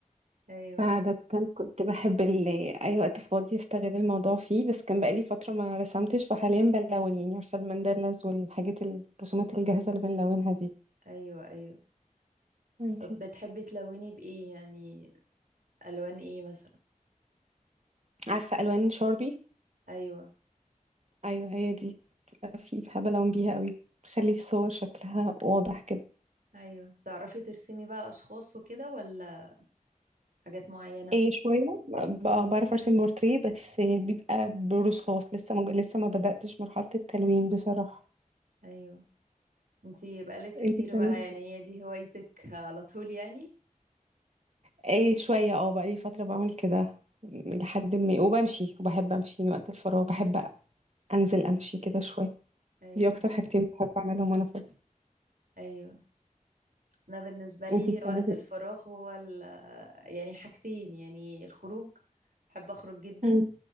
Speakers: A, on the right; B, on the right.
A: ايوه
B: فعادة كنت بحب ال- اي وقت فاضي استغل الموضوع فيه بس كان بقالي فترة ما رسمتش فحاليا بلون يعني عارفة الماندلاز والحاجات ال- الرسومات الجاهزة اللي بنلونها دي
A: ايوه ايوه
B: وانتي
A: طب بتحبي تلوني بايه يعني الوان ايه مثلا
B: عارفة الوان شاربي
A: ايوه
B: ايوه هي دي بتبقى في بحب الون بيها قوي تخلي الصور شكلها واضح كده
A: ايوه تعرفي ترسمي بقى اشخاص وكده ولا حاجات معينة
B: ايه شوية ب- آه، بعرف ارسم بورتريه بس بيبقى برصاص لسه ما لسه ما بدأتش مرحلة التلوين بصراحة
A: ايوه انتي بقالك كتير
B: انتي بتعملي
A: بقى يعني هي دي هوايتك على طول يعني
B: ايه شوية اه بقالي فترة بعمل كده لحد ما وبمشي وبحب امشي من وقت الفراغ بحب انزل امشي كده شوية
A: ايوه
B: دي اكتر حاجتين بحب اعملهم وانا فاضية
A: ايوه انا بالنسبه لي
B: انتي بتعملي
A: وقت الفراغ
B: ايه
A: هو ال يعني حاجتين يعني الخروج بحب اخرج جدا
B: مم.